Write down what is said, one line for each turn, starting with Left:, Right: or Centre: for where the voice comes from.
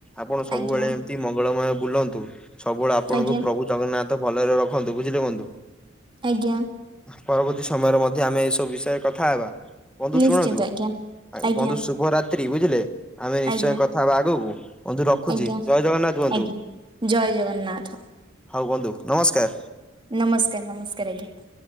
Centre: ଆପଣ ସବୁବେଳେ
Right: ଆଜ୍ଞା
Centre: ମଙ୍ଗଳମୟ ବୁଲନ୍ତୁ ସବୁବେଳେ ଆପଣଙ୍କୁ
Right: ଆଜ୍ଞା।
Centre: ପ୍ରଭୁ ଜଗନ୍ନାଥ ଭଲରେ ରଖନ୍ତୁ ବୁଝିଲେ ବନ୍ଧୁ।
Right: ଆଜ୍ଞା।
Centre: ପରବର୍ତ୍ତୀ ସମୟରେ ମଧ୍ୟ ଆମେ ଏଇସବୁ ବିଷୟରେ କଥା ହେବା। ବନ୍ଧୁ
Right: ନିଶ୍ଚିନ୍ତ
Centre: ଶୁଣନ୍ତୁ
Right: ଆଜ୍ଞା ଆଜ୍ଞା
Centre: ବନ୍ଧୁ ଶୁଭରାତ୍ରି ବୁଝିଲେ? ଆମେ ନିଶ୍ଚୟ
Right: ଆଜ୍ଞା
Centre: କଥା ହବା ଆଗକୁ ବନ୍ଧୁ ରଖୁଚି
Right: ଆଜ୍ଞା
Centre: ଜୟ ଜଗନ୍ନାଥ ବନ୍ଧୁ।
Right: ଆଜ୍ଞା। ଜୟ ଜଗନ୍ନାଥ।
Centre: ହଉ ବନ୍ଧୁ ନମସ୍କାର।
Right: ନମସ୍କାର୍ ନମସ୍କାର୍ ଆଜ୍ଞା।